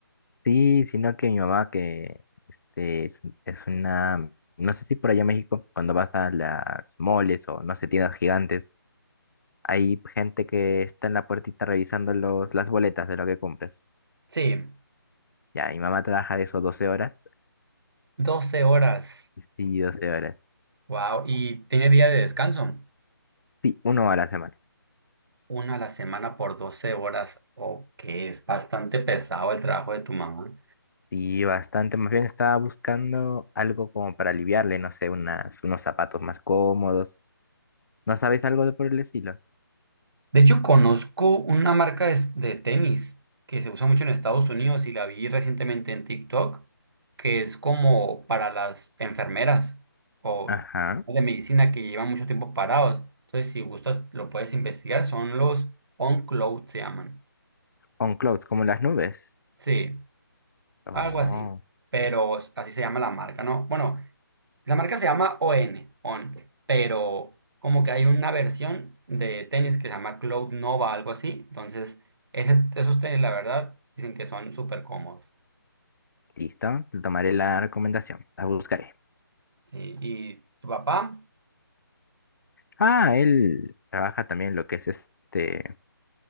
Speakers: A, on the left (about 60°); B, on the right (about 75°).
A: Sí, sino que mi mamá que este, es, es una, no sé si por allá en México, cuando vas a las moles o no sé, tiendas gigantes, hay gente que está en la puertita revisando los, las boletas de lo que compras.
B: Sí,
A: Ya, mi mamá trabaja de eso doce horas,
B: 12 horas.
A: <laughs> sí, 12 horas,
B: Wow, y tiene día de descanso.
A: sí, uno a la semana.
B: Una a la semana por 12 horas. Ok, es bastante pesado el trabajo de tu mamá.
A: Y bastante, más bien estaba buscando algo como para aliviarle, no sé, unas, unos zapatos más cómodos ¿No sabéis algo de por el estilo?
B: De hecho, conozco una marca de, s- de tenis que se usa mucho en Estados Unidos y la vi recientemente en TikTok, que es como para las enfermeras o
A: Ajá.
B: de medicina que llevan mucho tiempo parados. Entonces, si gustas, lo puedes investigar. Son los On Cloud, se llaman.
A: On clouds, como las nubes.
B: Sí,
A: Oh,
B: algo así. Pero así se llama la marca, ¿no? Bueno, La marca se llama ON, ON, pero como que hay una versión de tenis que se llama Cloud Nova, algo así. Entonces, ese- esos tenis, la verdad, dicen que son súper cómodos.
A: listo. Tomaré la recomendación. La buscaré.
B: Sí, y tu papá,
A: Ah, él trabaja también lo que es este,